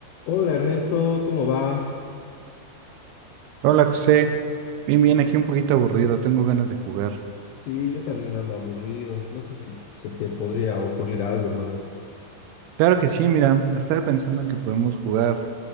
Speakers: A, on the left; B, on the right.
A: Hola Ernesto, ¿cómo va?
B: Hola José, bien, bien,
A: Oh,
B: aquí un poquito aburrido, tengo ganas de jugar.
A: sí, yo también ando aburrido. No sé si se te podría ocurrir algo, hermano.
B: Claro que sí, mira, estaba pensando en que podemos jugar